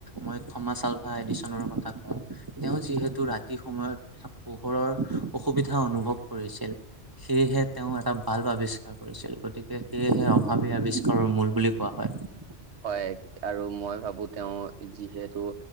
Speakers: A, on the right; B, on the right.
A: মই থমা চালফা এডিচনৰ কথা কওঁ তেওঁ যিহেতু ৰাতি সময়ত, এটা পোহৰৰ অসুবিধা অনুভৱ কৰিছিল সেয়েহে তেওঁ এটা বাল্ব আৱিষ্কাৰ কৰিছিল গতিকে সেয়েহে অভাৱী আৱিষ্কাৰৰ মূল বুলি কোৱা হয়
B: হয় আৰু মই ভাবো তেওঁ যিহেতু